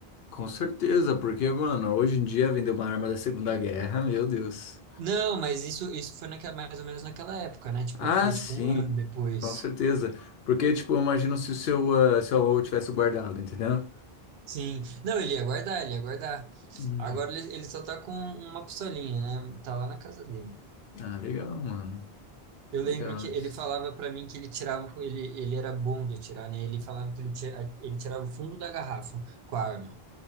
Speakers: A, on the left; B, on the right.
A: Com certeza, porque, mano, hoje em dia vender uma arma da Segunda Guerra, meu Deus.
B: Não, mas isso, isso foi naquela, mais ou menos naquela época, né? Tipo,
A: Ah,
B: foi
A: sim,
B: tipo um ano depois.
A: com certeza. Porque, tipo, eu imagino se o seu, ah, seu avô tivesse guardado, entendeu?
B: Sim. Não, ele ia guardar, ele ia guardar.
A: Hum.
B: Agora ele, ele só tá com uma pistolinha, né? Tá lá na casa dele.
A: Ah, legal, mano.
B: Eu
A: Legal.
B: lembro que ele falava pra mim que ele tirava, ele, ele era bom de atirar, né? Ele falava que ele, tira, ele tirava o fundo da garrafa com a arma.